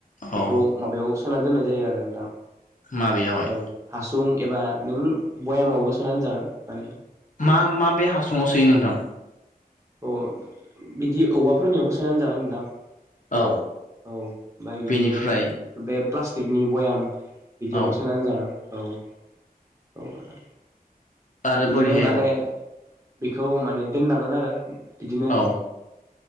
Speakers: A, on the right; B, on the left.
A: बेखौ
B: औ
A: माबायाव सोना दोननाय जायो आरो नोंथां
B: माबेयावहाय
A: ।औ, हासुं एबा नों भयामावबो सोनानै जागोन। माने
B: मा -मा बे हासुङाव सोयो नोंथां?
A: अ बिदि औवाफोरनियावबो सोनानै दोनजागोन नोंथां।
B: औ
A: औ, ओमफ्राय बिदिनो
B: बेनिफ्राय
A: बे प्लास्टिकनि भयाम। बिदियावबो
B: औ
A: सोनानै जागोन ।औ, औ।
B: आरो
A: बिदिनो
B: बोरैहायबाव
A: माने बेखौ माने दोननांगोन आरो। बिदिनो
B: औ